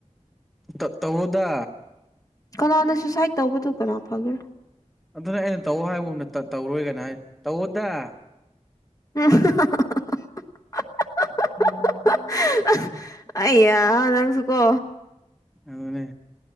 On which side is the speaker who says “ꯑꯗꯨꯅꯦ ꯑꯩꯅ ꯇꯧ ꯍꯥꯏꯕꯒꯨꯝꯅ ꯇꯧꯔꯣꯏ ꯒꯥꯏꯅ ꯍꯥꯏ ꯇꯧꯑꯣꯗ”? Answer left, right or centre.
Centre